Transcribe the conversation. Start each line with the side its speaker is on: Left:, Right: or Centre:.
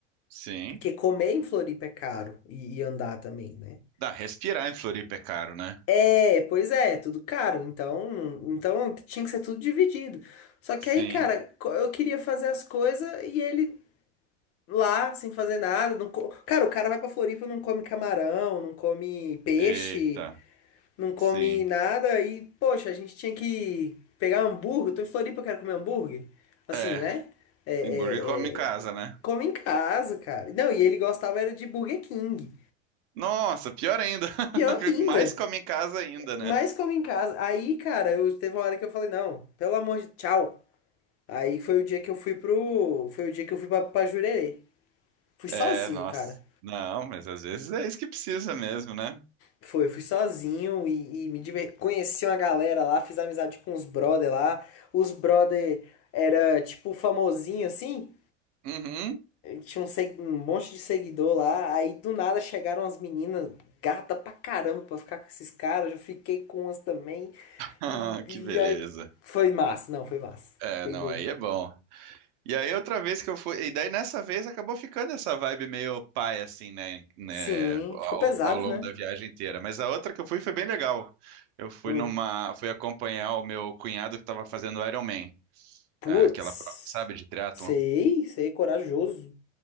Right: sim.
Left: Porque comer em Floripa é caro e, e andar também, né?
Right: Dá, respirar em Floripa é caro, né?
Left: É, pois é, tudo caro. Então, então tinha que ser tudo dividido. Só que
Right: Sim.
Left: aí, cara, co- eu queria fazer as coisas e ele lá, sem fazer nada. Não co- Cara, o cara vai pra Floripa, não come camarão, não come peixe.
Right: Eita,
Left: não come
Right: sim.
Left: nada e, poxa, a gente tinha que pegar um hambúrguer. Eu tô em Floripa, eu quero comer hambúrguer. Assim,
Right: É,
Left: né? É, é,
Right: hambúrguer come em casa,
Left: é,
Right: né?
Left: come em casa, cara. Não, e ele gostava era de Burger King.
Right: Nossa, pior ainda. <laughs>
Left: Pior ainda,
Right: Mais come em casa ainda, né?
Left: mais come em casa. Aí, cara, eu teve uma hora que eu falei, não, pelo amor de tchau. Aí foi o dia que eu fui pro, foi o dia que eu fui pra, pra Jurerê. Fui
Right: É,
Left: sozinho,
Right: nossa.
Left: cara.
Right: Não, mas às vezes é isso que precisa mesmo, né?
Left: Foi, eu fui sozinho e, e me diver... conheci uma galera lá, fiz amizade com os brother lá. Os brother era tipo famosinho assim,
Right: Uhum. <laughs>
Left: tinha um, seg- um monte de seguidor lá. Aí do nada chegaram as meninas gata pra caramba pra ficar com esses caras. Eu fiquei com umas também
Right: Ah,
Left: e,
Right: que
Left: e
Right: beleza.
Left: aí... foi massa, não, foi massa.
Right: É,
Left: Foi
Right: não,
Left: doido.
Right: aí é bom. E aí outra vez que eu fui, e daí nessa vez acabou ficando essa vibe meio pai assim, né, né,
Left: Sim,
Right: ao,
Left: fica pesado,
Right: ao longo
Left: né?
Right: da viagem inteira. Mas a outra que eu fui foi bem legal. Eu fui
Left: Hum.
Right: numa, fui acompanhar o meu cunhado que estava fazendo Ironman,
Left: Putz,
Right: é, aquela prova, sabe, de triatlon.
Left: sei, sei, corajoso.